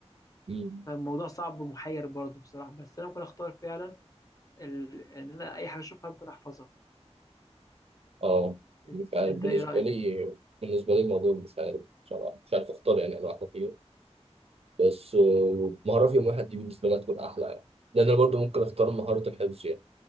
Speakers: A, on the right; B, on the left.
A: مم.
B: فالموضوع صعب ومحير برضو بصراحه بس انا ممكن اختار فعلا ال... ان انا اي حاجه اشوفها ممكن احفظها
A: أه
B: إن-
A: مش عارف
B: انت
A: بالنسبة
B: ايه رايك
A: لي بالنسبة لي الموضوع مش عارف بصراحة مش عارف أختار يعني أنا واحدة فيهم بس آه، مهارة في يوم واحد دي بالنسبة لي هتكون أحلى يعني لأن أنا برضه ممكن أختار مهارة الحفظ يعني